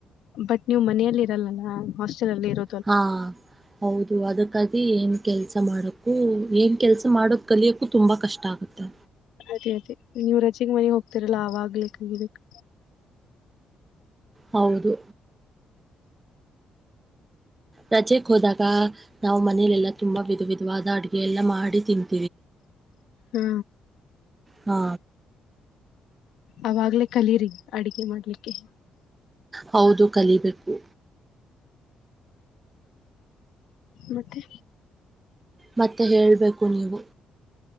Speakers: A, on the left; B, on the right.
A: ಬಟ್ ನೀವು ಮನೆಯಲ್ಲಿ ಇರಲ್ಲಲ್ಲ ಹಾಸ್ಟೆಲ್ ಅಲ್ಲಿ ಇರ
B: ಹಾ ಹೌದು ಅದಕ್ಕಾಗಿ ನ್ ಕೆಲಸ ಮಾಡೋಕ್ಕೂ ಏನು ಕೆಲಸ ಮಾಡೋದು ಕಲಿಯೋಕ್ಕು ತುಂಬ ಕಷ್ಟ ಆಗುತ್ತೆ
A: ಅದೇ ಅದೇ ನೀವ ರಜೆಗೆ ಮನೆಗೆ ಹೋಗ್ತರಲ್ಲ ಆಗ್ಲಿ ಕಬೇಕಕ್
B: ಹೌದು ರಜೆಕ್ ಹೋದಾಗ ನಾವು ಮನೇಲೆಲ್ಲಾ ತುಂಬಾ ವಿಧ ವಿಧವಾದ ಅಡಗೆ ಎಲ್ಲಾ ಮಾಡಿ ತಿವಿ
A: ಹ್ಮ
B: ಹಾ
A: ಅವಾಗ್ಲೇ ಕಲೀರಿ ಅಡಗೆ ಮಾಡ್ಲಿಕ್ಕೆ
B: ಹೌದು ಕಲಿಬೇಕು
A: ಮತ್ತೆ
B: ಮತ್ತೆ ಹೇಳಬೇಕು ನೀವು